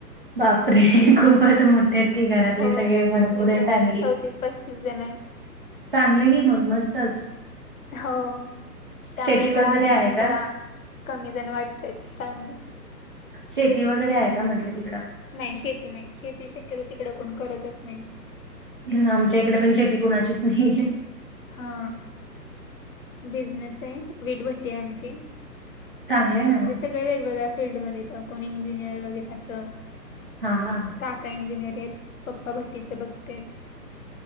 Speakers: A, on the right; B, on the left.
A: बापरे! खूपच मोठ तेच कि घरातले
B: हो
A: सगळे भरपूर
B: एकदम
A: आहे फॅमिली.
B: चौतीस पस्तीस जण आहे
A: चांगलं की मग मस्तच,
B: हो त्यामुळे
A: शेती
B: इकडे
A: वगैरे
B: आल्यापासून
A: आहे का?
B: जरा कमी जण वाटतायत, फॅमिलीत.
A: शेती वगैरे आहे का म्हटलं तिकडं?
B: नाही, शेती नाही शेती शक्यतो तिकडं कोण करतच नाही.
A: हं, आमच्या इकड पण शेती कुणाचीच नाही.
B: हा, बिझनेस हाय वीट भट्टी आहे आमची.
A: चांगलं आहे
B: ह,
A: ना
B: म्हणजे
A: मग.
B: सगळ वेगवेगळ्या फिल्डमध्ये कोणी इंजिनियर वगैरे असं.
A: हा, हा.
B: काका इंजिनियर आहेत, पप्पा भट्टीचे बघतेयत.